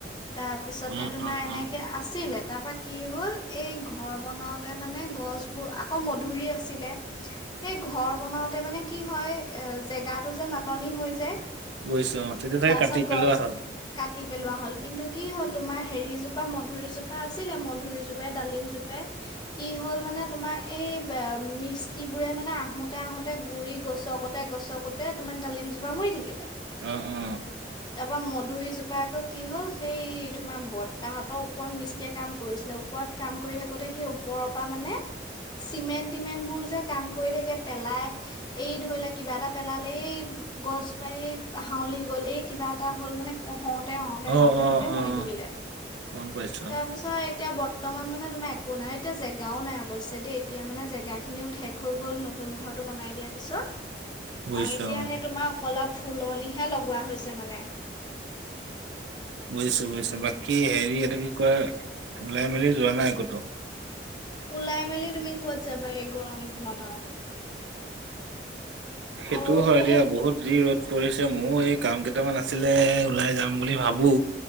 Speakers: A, on the left (about 25°); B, on the right (about 80°).
A: তাৰ তাৰ পিছতে
B: অঁ
A: তোমাৰ
B: অঁ
A: এনেকে
B: অঁ
A: আছিলে। তাৰপা কি হ'ল এই ঘৰ বনাওতে মানে গছবোৰ আকৌ মধুৰি আছিলে। সেই ঘৰ বনাওতে মানে কি হয় এ' জেগাটো যে নাটনি হৈ যায়।
B: গৈছে। অ' তেতিয়া থাকে
A: তাৰপিছত
B: কাটি পেলও
A: গছ
B: আহ
A: কাটি পেলোৱা হ'ল কিন্তু কি হ'ল তোমাৰ হেৰিজোপা মধুুৰীজোপা আছিলে। মধুৰিজোপাই ডালিম জোপাই কি হ'ল মানে তোমাৰ এই মিস্তিবোৰে মানে আহোতে আহোতে গুৰি গছকত গছকুতে তোমাৰ ডালিম জোপা মৰি থাকিলে।
B: অ', অ',।
A: তাৰপ ম' দুইজোপা আকৌ কি হ'ল সেই তোমাৰ বৰ্তাহঁতৰ ওপৰত মিস্ত্ৰীয়ে কাম কৰিছিলে। ওপৰত কাম কৰি থাকোতে সেই ওপৰৰ পৰা মানে চিমেণ্ট-টিমেণ্ট বোৰ যে কাম কৰি থাকে পেলাই, এই ধৰি লোৱা কিবা এটা পেলালে এই গছ জোপা এই হাউলি গ'ল, এই কিবা এটা হ'ল। মানে কত হওঁতে
B: অঁ
A: হওঁতে
B: অঁ
A: হওঁতে
B: অঁ
A: মৰি থাকিলে।
B: গম পাইছো
A: তাৰ
B: অঁ
A: পিছত এতিয়া বৰ্তমান মানে তোমাৰ একো নাই এতিয়া জেগাও নাই অৱশ্য দেই, এতিয়া মানে জেগাখিনিও ঠক হৈ গ'ল। নতুন নতুন ঘৰটো বনাই দিয়াৰ পিছত।
B: বুজিছো
A: আহ এতিয়া
B: অ
A: সেই তোমাৰ অ' অলপ ফুলনিহে লগোৱা হৈছে মানে।
B: বুজিছো বুজিছো বাকী হেৰি এটা কি কয়, ওলাই মেলি যোৱা নাই কটো?
A: ওলাই মেলি তুমি কত যাবা এই গৰমখনত আৰু।
B: সেইটোও
A: আৰু আৰু
B: হয়
A: সেই
B: দিয়া বহুত যি ৰ'দ পৰিছে মোৰ এই কাম কেইটামান আছিলে ওলাই যাম বুলি ভাবো!